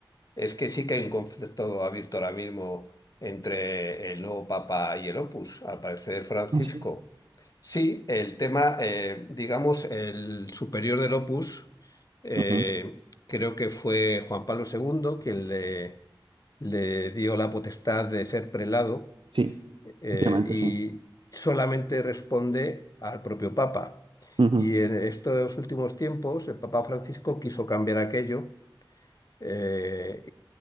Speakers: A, on the left (about 45°); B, on the right (about 85°).
A: es que sí que hay un conflicto abierto ahora mismo entre el nuevo Papa y el Opus. Al parecer, Francisco.
B: no sé.
A: Sí, el tema, eh, digamos, el superior del Opus, eh,
B: Ujú,
A: creo que fue Juan Pablo II quien le, le dio la potestad de ser prelado
B: Sí,
A: eh,
B: efectivamente,
A: y
B: sí.
A: solamente responde al propio Papa.
B: ujú.
A: Y en estos últimos tiempos el Papa Francisco quiso cambiar aquello eh,